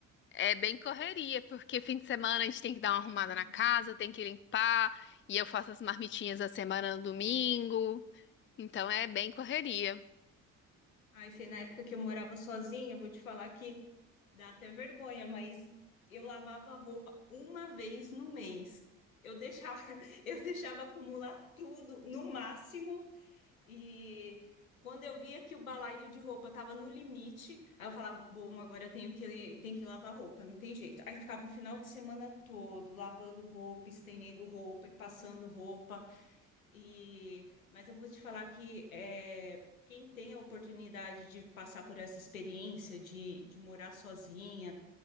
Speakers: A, on the left (about 30°); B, on the left (about 90°).
A: é bem correria, porque fim de semana a gente tem que dar uma arrumada
B: Uhum.
A: na casa, tem que limpar, e eu faço as marmitinhas da semana no domingo. Então, é bem correria.
B: Ai, Fê, na época que eu morava sozinha, eu vou te falar que dá até vergonha, mas eu lavava roupa uma vez no mês. Eu deixava, <laughs> eu deixava acumular tudo, no máximo, E quando eu via que o balaio de roupa tava no limite, aí eu falava, bom, agora eu tenho que, tenho que lavar roupa, não tem jeito. Aí ficava o final de semana todo lavando roupa, estendendo roupa e passando roupa. E... Mas eu vou te falar que é, quem tem a oportunidade de passar por essa experiência de, de morar sozinha,